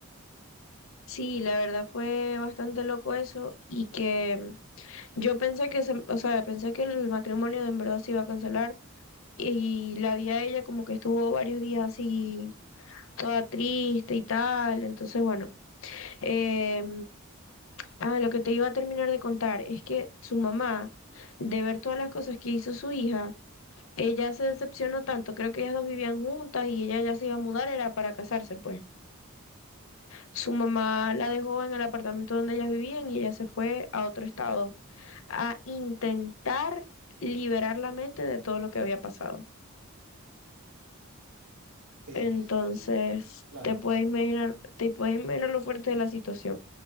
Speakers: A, on the left (about 65°); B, on the right (about 85°).
A: Sí, la verdad fue bastante loco eso y que mm, yo pensé que se, o sea, pensé que el matrimonio en verdad se iba a cancelar y la vi a ella como que estuvo varios días así toda triste y tal, entonces bueno, eh, Ah, lo que te iba a terminar de contar es que su mamá, de ver todas las cosas que hizo su hija, ella se decepcionó tanto. Creo que ellas dos vivían juntas y ella ya se iba a mudar, era para casarse, pues. Su mamá la dejó en el apartamento donde ellas vivían y ella se fue a otro estado a intentar liberar la mente de todo lo que había pasado.
B: Este,
A: Entonces,
B: claro,
A: te puedes
B: claro,
A: imaginar, te puedes imaginar lo fuerte de la situación.